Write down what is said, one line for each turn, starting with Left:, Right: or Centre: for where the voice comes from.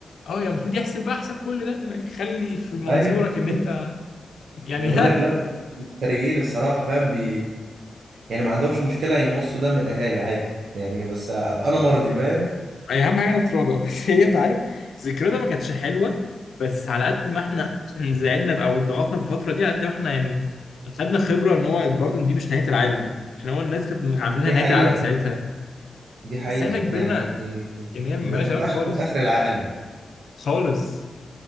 Left: اه يا المفروض يحسب بقى حساب كل ده ما يخلي في منظورك
Right: ايوه
Left: ان
Right: <laughs>
Left: انت يعني
Right: انا بقول
Left: <laughs>
Right: لك لا مفتريين الصراحه فاهم بي يعني ما عندهمش مشكله يمصوا دم الاهالي عادي يعني بس ابقى انا مرضي فاهم
Left: أي اهم حاجه نتراضى <laughs> بس هي انت عارف ذكرنا ما كانتش حلوه بس على قد ما احنا زعلنا ب- او اتضغطنا بالفتره دي على قد ما احنا يعني خدنا خبره ان هو برضه إن دي مش نهايه العالم عشان هو الناس كانت عاملينها
Right: دي
Left: نهايه
Right: حقيقه
Left: العالم ساعتها
Right: دي حقيقه
Left: بس احنا كبرنا
Right: يعني
Left: ج- يعني هي مالهاش
Right: ما تنفعش
Left: علاقه خالص
Right: تكون اخر العالم
Left: خالص